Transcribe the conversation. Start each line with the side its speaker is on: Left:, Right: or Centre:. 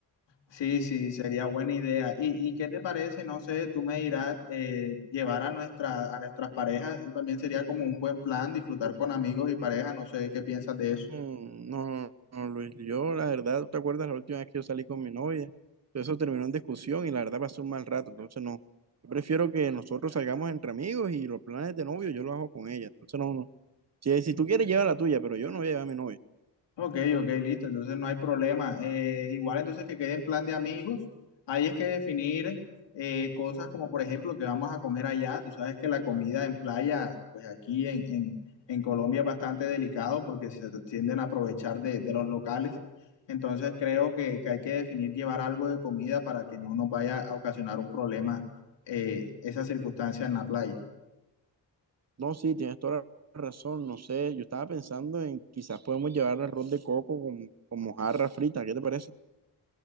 Left: Sí, sí, sería buena idea. ¿Y, y qué te parece? No sé, tú me dirás eh, llevar a nuestra, a nuestras parejas. Eso también sería como un buen plan, disfrutar con amigos y parejas. No sé qué piensas de eso.
Right: Mm, No, no, no, Luis, yo la verdad, ¿te acuerdas la última vez que yo salí con mi novia? Todo eso terminó en discusión y la verdad pasó un mal rato, entonces no. Yo prefiero que nosotros salgamos entre amigos y los planes de novio yo los hago con ella, entonces no, no. Si, si tú quieres lleva la tuya, pero yo no voy a llevar a mi novia.
Left: Ok, ok, listo, entonces no hay problema. Eh, igual entonces que quede en plan de amigos, ahí es que definir eh, cosas como por ejemplo que vamos a comer allá. Tú sabes que la comida en playa, pues aquí en, en- en Colombia es bastante delicado porque se tienden a aprovechar de, de los locales. Entonces creo que, que hay que definir llevar algo de comida para que no nos vaya a ocasionar un problema eh, esa circunstancia en la playa.
Right: No, sí, tienes toda la razón, no sé, yo estaba pensando en quizás podemos llevar arroz de coco con, con mojarra frita, ¿qué te parece?